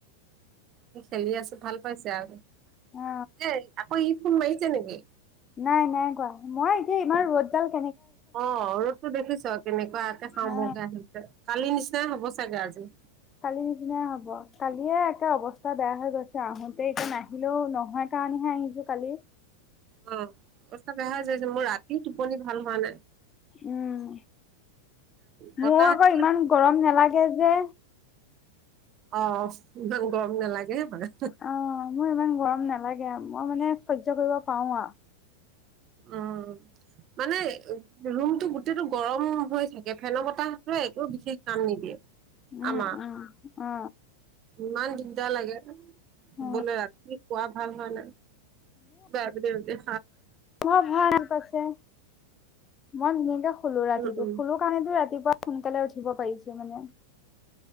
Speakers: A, on the right; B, on the left.
A: অ খেলি আছে ভাল পাইছে আও
B: অ
A: সি। আকৌ ই ফোন মাৰিছে নেকি?
B: নাই নাই কোৱা, মই এতিয়া ইমান ৰ'দ ডাল
A: অ ৰ'দতো দেখিছো কেনেকুৱাকে খাওঁ
B: অ
A: বওকে আহিছে। কালি নিচিনাই হ'ব চাগে আজিও।
B: কালি নিচিনাই হব, কালিয়ে একে অৱস্থা বেয়া হৈ গৈছে আহোতেই, এতিয়া নাহিলেও নহয়। সেইকাৰণে হে আহিছোঁ কালি।
A: অ অৱস্থা বেয়া হৈ আছে, মোৰ ৰাতি টোপনি ভাল হোৱা নাই।
B: উম
A: বতাহটো
B: মোৰ আকৌ ইমান গৰম নেলাগে যে
A: অ ইমান গৰম নেলাগে হয়।
B: অ মোৰ ইমান গৰম নালাগে আ, মই মানে সহ্য কৰিব পাওঁ আও।
A: অঁ মানে ৰুমতটো গোটেইটো গৰম হৈ থাকে ফেন বতাহটোৱে একো বিশেষ কাম নিদিয়ে,
B: উম
A: আমাৰ।
B: উম অ
A: ইমান দিগদাৰ লাগে, শুবলে
B: অ
A: ৰাতি শুৱা ভাল হোৱা নাই। বাব দেউ দে <unintelligible>
B: বৰ ভাল পইছে মন নিদখ <unintelligible> শুলো ৰাতিটো
A: উম উম
B: শুলো কাৰণেতো ৰাতিপুৱা সোনকালে উঠিব পাৰিছো মানে।